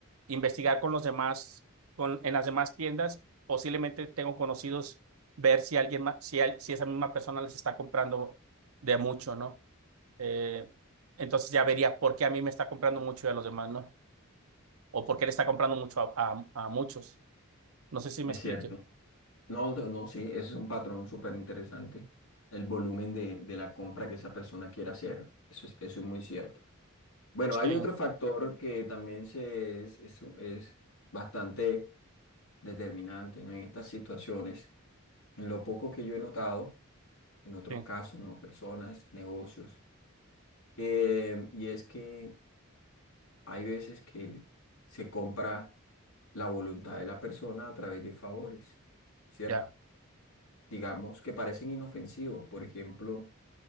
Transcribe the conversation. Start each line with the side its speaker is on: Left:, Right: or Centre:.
Right: investigar con los demás, con, en las demás tiendas, posiblemente tengo conocidos, ver si alguien más, si, al- si esa misma persona les está comprando de mucho, ¿no? Eh, entonces ya vería por qué a mí me está comprando mucho y a los demás, ¿no? o porque le está comprando mucho a, a- a muchos. No sé si
Left: Es
Right: me explique.
Left: cierto. No, no, no, sí, ese es un patrón súper interesante, el volumen de, de la compra que esa persona quiere hacer, eso es, eso es muy cierto. Bueno,
Right: Sí,
Left: hay otro factor que también se es, es, es bastante determinante, ¿no? En estas situaciones, en lo poco que yo he notado, en otros
Right: sí,
Left: casos, ¿no? Personas, negocios, eh, y es que hay veces que se compra la voluntad de la persona a través de favores, ¿cierto?
Right: ya,
Left: Digamos que parecen inofensivos, por ejemplo.